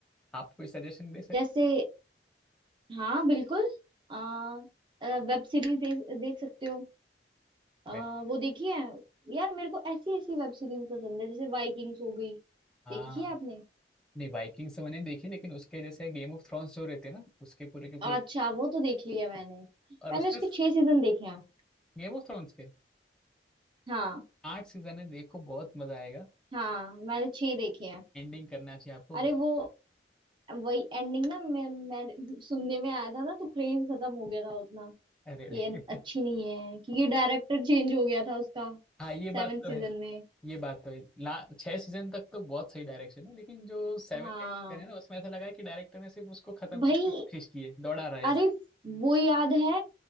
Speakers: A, in the centre; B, on the right.
A: आप कोई सजेशन दे सकते
B: जैसे
A: हैं?
B: हाँ बिल्कुल आ, वेब सीरीज देख, देख सकते हो आ,
A: वैसे
B: वो देखिए यार मेरे को ऐसी ऐसी वेब सीरीज पसंद है जैसे वाइकिंग्स हो गई
A: हाँ
B: देखी है आपने
A: नहीं वाइकिंग्स मैंने देखी लेकिन उसके जैसे गेम ऑफ थ्रोन्स जो रहते हैं ना उसके पूरे के पूरे
B: अच्छा वो तो देख लिया मैंने
A: और
B: मैंने
A: उसमें
B: उसके छह सीजन देखे हैं
A: गेम ऑफ थ्रोन्स के
B: हाँ
A: आठ सीजन है देखो बहुत मजा आएगा
B: हाँ मैंने छह देखे हैं
A: एंडिंग करना चाहिए आपको
B: अरे
A: बहुत
B: वो वही एंडिंग ना मैं, मैं सुनने में आया था ना तो क्रेज खत्म हो गया था उतना
A: अरे रे
B: कि ये अच्छी
A: <laughs>
B: नहीं है क्योंकि डायरेक्टर चेंज हो गया था उसका
A: हाँ ये बात
B: सेवन
A: तो
B: सीजन
A: है
B: में
A: ये बात तो है ला छह सीजन तक तो बहुत सही डायरेक्शन है लेकिन जो सेवन
B: हाँ
A: एट सीजन है ना उसमें ऐसा लगा है कि डायरेक्टर ने सिर्फ उसको खत्म
B: भाई
A: करने की कोशिश की है दौड़ा रहा है
B: अरे
A: ऐसे।
B: वो याद है